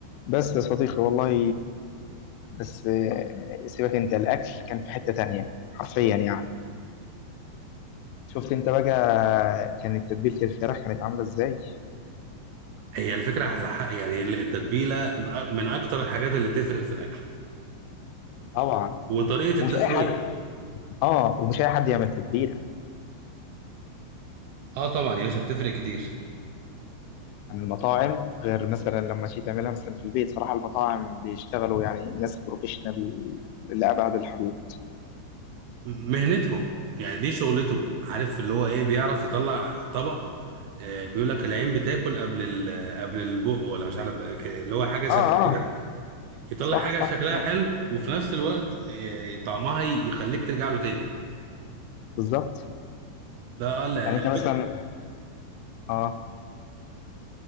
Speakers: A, on the left; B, on the right.
A: بس يا صديقي والله بس آه، سيبك انت الاكل كان في حتة تانية حرفيا يعني شفت انت بقى كانت تتبيلة الفراخ كانت عاملة ازاي
B: هي الفكرة على حق يعني التتبيلة من أكتر الحاجات اللي تفرق في الأكل
A: طبعا
B: وطريقة التسوية
A: ومش اي حد اه ومش اي حد يعمل تتبيلة
B: اه طبعا يا باشا بتفرق كتير
A: يعني المطاعم غير مثلا لما تيجي تعملها مثلا في البيت صراحة المطاعم بيشتغلوا يعني ناس بروفيشنال لأبعد الحدود
B: مهنتهم يعني دي شغلته عارف اللي هو ايه بيعرف يطلع طبق آه بيقول لك العين بتاكل قبل ال- قبل البق ولا مش عارف ك- اللي هو حاجة شبه
A: اه
B: كده
A: اه
B: يعني. يطلع
A: صح
B: حاجة
A: صح
B: شكلها
A: كلام
B: حلو وفي نفس الوقت آه طعمها ي- يخليك ترجع له تاني
A: بالظبط
B: ده آه، لا
A: يعني
B: لا
A: انت مثلا اه